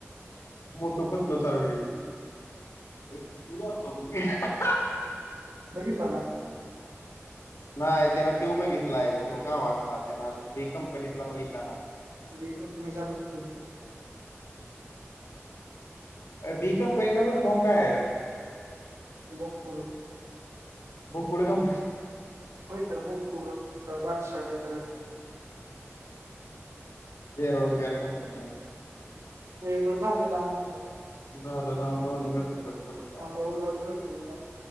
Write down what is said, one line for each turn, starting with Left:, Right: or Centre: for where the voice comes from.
Left: मोटू पतलू चा व्हिडिओ <unintelligible>
Right: बघितला ना
Left: नाय त्यान त्यो बघितलाय त्यो गावातला त्यान अजून ब कंपनीतला बघितला नाय
Right: बी कंपनी सारखं फेमस
Left: बी कंपनीचा फुल फॉर्म काय आहे र
Right: <unintelligible>
Left: म पुढं काय
Right: होय तर बोकूड ह्यो तर बादशहा काय तर
Left: बेरोजगार कंपनीवर
Right: हे बरं झालं दहा मिनिट
Left: झालं दहा <unintelligible>
Right: <unintelligible> करतो मी नंतर